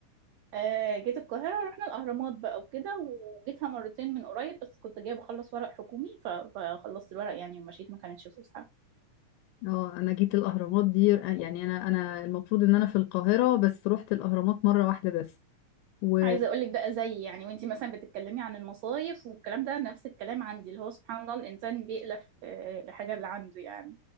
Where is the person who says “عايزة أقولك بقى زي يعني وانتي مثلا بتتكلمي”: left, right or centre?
Right